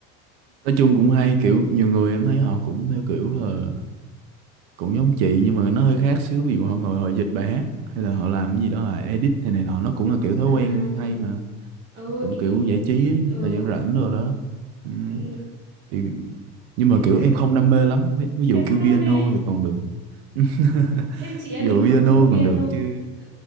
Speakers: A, on the right; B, on the right.
A: nói chung cũng hay kiểu nhiều người em thấy họ cũng theo kiểu là cũng giống chị nhưng mà nó hơi khác xíu ví dụ họ ngồi họ dịch bài hát hay là họ làm cái gì đó họ edit này này nọ nó cũng là kiểu thói
B: À à.
A: quen hay mà
B: Ừ,
A: cũng
B: ý,
A: kiểu giải trí ấy,
B: ừ,
A: thời gian rảnh rồi đó ừ.
B: ừ,
A: Thì- nhưng mà
B: thế-
A: kiểu em không đam mê lắm ví,
B: <laughs>
A: ví dụ
B: em không
A: kêu
B: đam
A: piano
B: mê á.
A: thì còn được <laughs>
B: Thế chị em
A: ví dụ
B: mình học
A: piano
B: chung piano
A: còn được chứ
B: ờ,